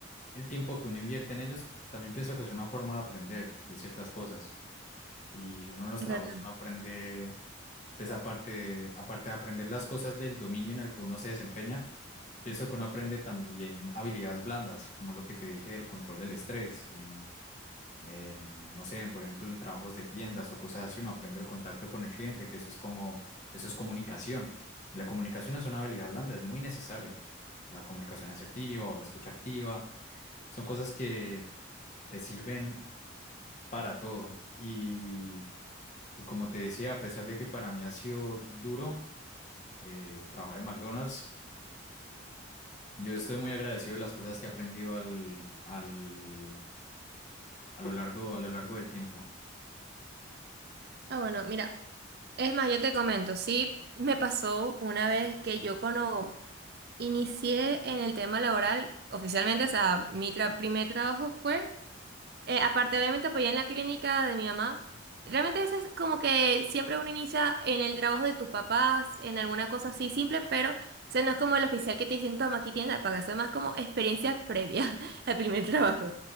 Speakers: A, on the left; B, on the right.
A: el tiempo que uno invierte en ellos, también pienso que es una forma de aprender de ciertas cosas. Y uno en los
B: Es
A: trabajos,
B: verdad.
A: uno aprende, pues aparte, de- aparte de aprender las cosas del dominio en el que uno se desempeña, Pienso que uno aprende también habilidades blandas, como lo que te dije del control del estrés, en, en, no sé, en, por ejemplo, en trabajos de tiendas o cosas así, uno aprende el contacto con el cliente, que eso es como, eso es comunicación. Y la comunicación es una habilidad blanda, es muy necesaria. La comunicación asertiva o la escucha activa, son cosas que te sirven para todo. Y, y como te decía, a pesar de que para mí ha sido duro eh, trabajar en McDonald's, Yo estoy muy agradecido de las cosas que he aprendido al, al, a lo largo, a lo largo del tiempo,
B: Ah, bueno, mira, es más, yo te comento, sí, me pasó una vez que yo cuando inicié en el tema laboral, oficialmente, o sea, mi tra- primer trabajo fue Eh, aparte, obviamente, apoyé en la clínica de mi mamá. Realmente eso es como que siempre uno inicia en el trabajo de tus papás, en alguna cosa así simple, pero o sea, no es como el oficial que te dicen, toma, aquí tienes la paga, eso es más como experiencia previa <laughs> al primer trabajo.